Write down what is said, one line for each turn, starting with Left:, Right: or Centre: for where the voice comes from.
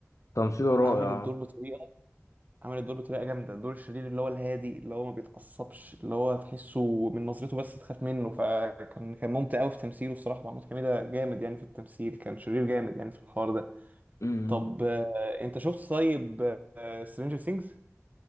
Left: تمثيله رائع
Right: عامل الدور بطريقه عامل الدور بطريقه جامده دور الشرير اللي هو الهادي اللي هو ما بيتعصبش اللي هو تحسه من نظرته بس تخاف منه فكان كان ممتع قوي في تمثيله الصراحه محمود حميده جامد يعني في التمثيل كان شرير جامد يعني في الحوار ده
Left: امم
Right: طب آه، انت شفت طيب سترينجر ثينجز